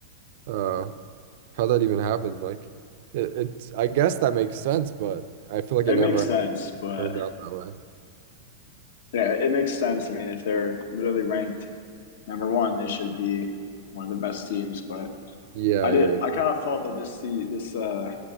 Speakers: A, on the right; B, on the left.
A: uh how that even happened. Like it, it's I guess that makes sense, but I feel like it
B: It
A: never
B: makes sense, but
A: turns out that way.
B: yeah, it makes sense. I mean, if they're literally ranked number one, they should be one of the best teams, but
A: Yeah,
B: I did.
A: yeah, yeah.
B: I kind of felt that this the this uh